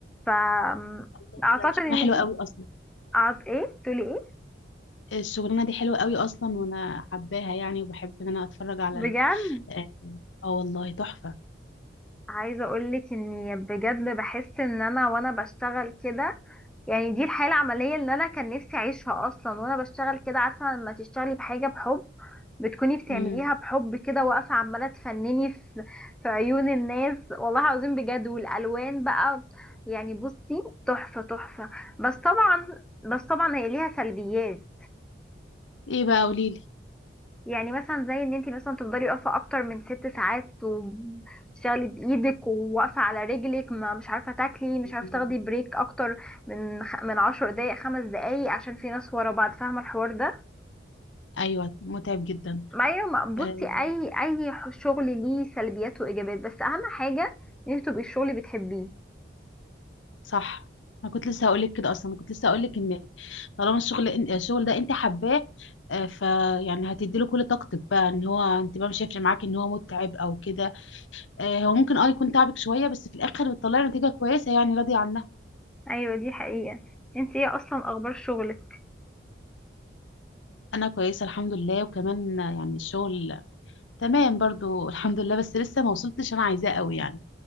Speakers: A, in the centre; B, on the left (about 80°).
A: ف أم،
B: الله
A: اعتقد
B: ده شغلانة
A: ان
B: حلوة
A: دي
B: قوي أصلا
A: أعت... ايه تقولي ايه
B: الشغلانه دي حلوه قوي اصلا وانا حباها يعني وبحب ان انا اتفرج على
A: بجد
B: ال... اه آه والله تحفه
A: عايزة اقولك اني بجد بحس ان انا وانا بشتغل كده يعني دي الحياة العملية اللي انا كان نفسي اعيشها اصلا وانا بشتغل كده عارفة لما تشتغلي بحاجة بحب بتكوني بتعمليها
B: مم.
A: بحب كده واقفة عمالة تفنني في في عيون الناس والله العظيم بجد والالوان بقى يعني بصي تحفة تحفة بس طبعا بس طبعا هي ليها سلبيات
B: ايه بقى قولي لي
A: يعني مثلا زي ان انت مثلا تفضلي واقفه اكتر من ست ساعات وتشتغلي بايدك وواقفه على رجلك ما مش عارفه تاكلي مش
B: مم.
A: عارفه تاخدي بريك اكتر من خ... من عشر دقايق خمس دقايق عشان في ناس ورا بعض فاهمه الحوار ده
B: ايوه متعب جدا
A: ما أيوة، ما-
B: آه
A: بصي اي اي ح- شغل ليه سلبيات وايجابيات بس اهم حاجه ان انت تبقي الشغل بتحبيه
B: صح انا كنت لسه هقول لك كده اصلا انا كنت لسه هقول لك ان طالما الشغل الشغل ده انت حباه آه فيعني هتدي له كل طاقتك بقى ان هو انت بقى مش هيفرق معاكي ان هو متعب او كده آه، هو ممكن اه يكون تعبك شوية بس في الآخر بتطلعي نتيجة كويسة يعني راضية عنها
A: ايوه دي حقيقه انت ايه اصلا اخبار شغلك
B: أنا كويسة الحمد لله وكمان آه، يعني الشغل تمام برضو <laughs> الحمد لله بس لسه ما وصلتش أنا عايزاه قوي يعني